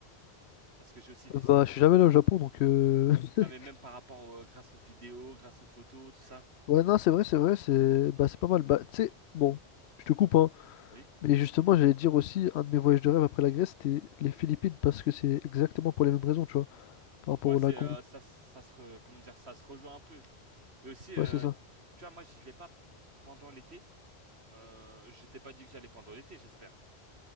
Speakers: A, on the right; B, on the left.
A: Parce que j'ai aussi visité
B: Euh, Bah, je
A: le
B: suis jamais allé
A: Japon.
B: au Japon, donc... euh, <laughs>
A: Non, mais même par rapport, au- grâce aux vidéos, grâce aux photos, tout ça.
B: Ouais, non, c'est vrai, c'est vrai, c'est...
A: Ok.
B: Bah, c'est pas mal. Bah, tu sais, bon, je te coupe, hein.
A: Oui.
B: Mais justement, j'allais dire aussi, un de mes voyages de rêve après la Grèce, c'était les Philippines, parce que c'est exactement pour les mêmes raisons, tu vois, par rapport
A: Ouais,
B: au
A: c'est
B: lagon.
A: euh, ça, ça se, re- comment dire, ça se rejoint un peu. Et aussi, euh,
B: Ouais, c'est ça.
A: tu vois, moi, j'y vais pas pendant l'été. Euh, je t'ai pas dit que j'allais pendant l'été, j'espère.